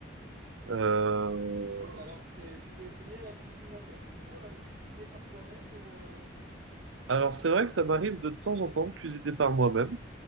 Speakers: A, on the right (about 80°); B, on the right (about 50°).
A: Euh,
B: Et toi, alors, tu t'es, tu t'es essayé à la cuisine indienne, du coup, à cuisiner par toi-même ou, euh,
A: Alors, c'est vrai que ça m'arrive de temps en temps de cuisiner par moi-même,